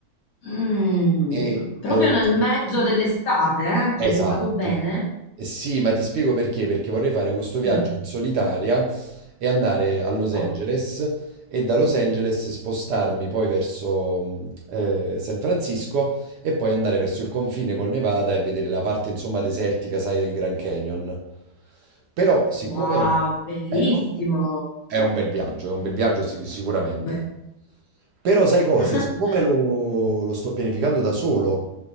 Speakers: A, on the left; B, on the right.
A: Mm,
B: E,
A: proprio
B: eh,
A: nel mezzo dell'estate, eh?
B: Esatto.
A: Ci hai pensato bene?
B: Eh Sì, ma ti spiego perché, perché vorrei fare questo viaggio
A: Mm,
B: in solitaria e andare a Los Angeles
A: Oh,
B: e da Los Angeles spostarmi poi verso mh, eh, San Francisco e poi andare verso il confine col Nevada e vedere la parte insomma desertica, sai, del Grand Canyon. Però siccome
A: wow, bellissimo.
B: è, è un bel viaggio, è un bel viaggio sic- sicuramente.
A: Eh.
B: Però sai cosa?
A: <laughs>
B: Siccome lo, lo sto pianificando da solo,